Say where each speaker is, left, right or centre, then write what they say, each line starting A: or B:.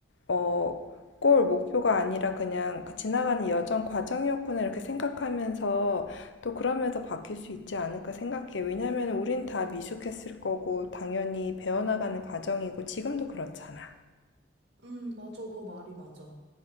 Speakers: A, on the left; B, on the right.
A: 어, 골 목표가 아니라 그냥 그 지나가는 여정 과정이었구나 이렇게 생각하면서 또 그러면서 바뀔 수 있지 않을까 생각해. 왜냐면 우린 다 미숙했을 거고 당연히 배워나가는 과정이고 지금도 그렇잖아.
B: 음, 맞아. 너 말이 맞아.